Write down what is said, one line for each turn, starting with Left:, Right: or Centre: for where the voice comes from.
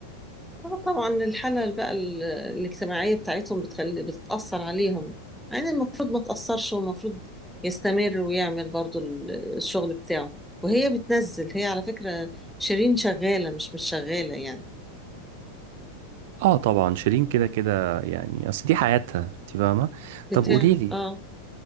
Centre: اه طبعا الحالة بقى ال- الاجتماعية بتاعتهم بتخلي بتتأثر عليهم يعني المفروض ما تأثرش والمفروض يستمر ويعمل برضو ال- الشغل بتاعه وهي بتنزل هي على فكرة شيرين شغالة مش مش شغالة يعني
Right: اه طبعا شيرين كده كده يعني اصل دي حياتها انت فاهمة
Centre: بتاع
Right: طب قوليلي
Centre: اه